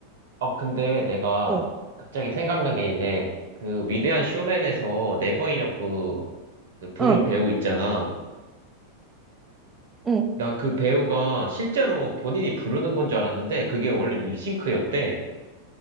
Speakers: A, on the right; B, on the right.
A: 어, 근데 내가
B: 응,
A: 갑자기 생각난 게 있는데, 그 위대한 쇼맨에서 네버 이너프 그 부른
B: 응,
A: 배우 있잖아.
B: 응.
A: 나 그 배우가 실제로 본인이 부르는 건 줄 알았는데, 그게 원래 립싱크였대.